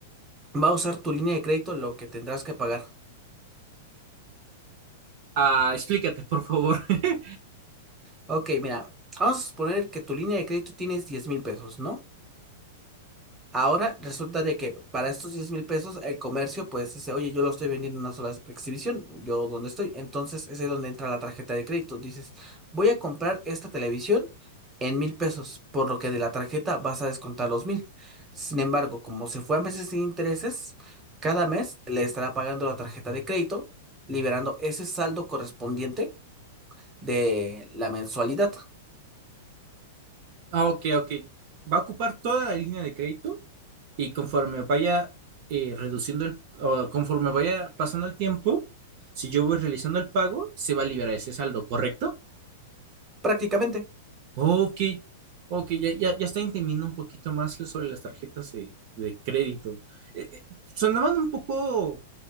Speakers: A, on the right; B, on the right.
A: Va a usar tu línea de crédito lo que tendrás que pagar.
B: Ah, explícate, por favor. <laughs>
A: Ok, mira, vamos a suponer que tu línea de crédito tienes 10 mil pesos, ¿no? Ahora resulta de que para estos 10 mil pesos el comercio pues dice, oye, yo lo estoy vendiendo en una sola exhibición, yo donde estoy. Entonces ese es ahí donde entra la tarjeta de crédito. Dices, voy a comprar esta televisión en mil pesos, por lo que de la tarjeta vas a descontar los mil. Sin embargo, como se fue a meses sin intereses, cada mes le estará pagando la tarjeta de crédito, liberando ese saldo correspondiente de la mensualidad,
B: Ah, ok, ok. Va a ocupar toda la línea de crédito y conforme vaya eh, reduciendo el, o conforme vaya pasando el tiempo, si yo voy realizando el pago, se va a liberar ese saldo, ¿correcto?
A: prácticamente.
B: Ok, ok, ya, ya, ya estoy entendiendo un poquito más sobre las tarjetas de, de crédito. Eh, eh, sonaban un poco